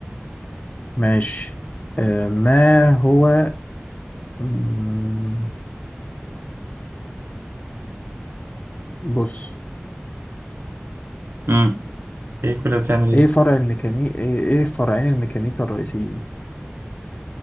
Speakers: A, on the left; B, on the right.
A: ماشي آه ما هو مم، بص
B: امم ايه كلها بتعمل ايه
A: ايه فرع الميكانيك ايه إيه فرعين الميكانيكا الرئيسيين